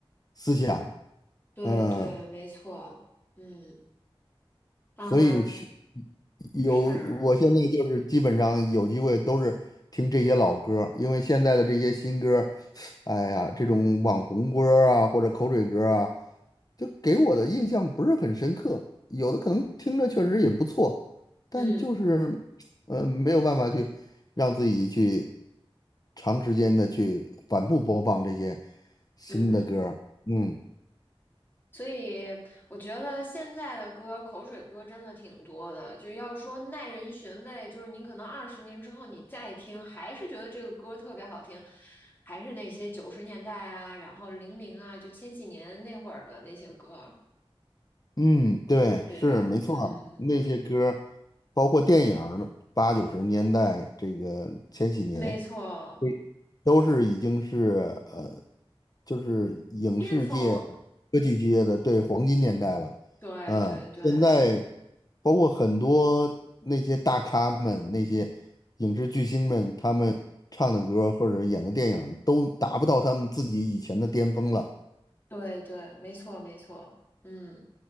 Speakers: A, on the left (about 40°); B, on the left (about 20°).
A: 思想。
B: 对对，
A: 嗯，
B: 没错，嗯啊，
A: 所以是有，
B: 是，
A: 我现在就是基本上有机会都是听这些老歌儿因为现在的这些新歌儿，哎呀，这种网红歌儿啊或者口水歌儿啊，就给我的印象不是很深刻，有的可能听着确实也不错，但就是呃没有办法去让自己去
B: 嗯
A: 长时间的去反复播放这些新的歌儿。
B: 嗯。
A: 嗯
B: 所以我觉得现在的歌，口水歌真的挺多的。就要说耐人寻味，就是你可能二十年之后你再听，还是觉得这个歌特别好听，还是那些九十年代啊，然后零零啊，就千禧年那会儿的那些歌，
A: 嗯，对，
B: 对吧？
A: 是没错儿那些歌儿包括电影儿八九十年代这个千禧年，
B: 嗯，没错，
A: 对，都是已经是呃，就是影视界、
B: 巅峰，
A: 歌剧界的对黄金年代了。
B: 对对对
A: 嗯，现在包括很多那些大咖们、那些影视巨星们，他们唱的歌或者演的电影都达不到他们自己以前的巅峰了。
B: 对对，没错没错，嗯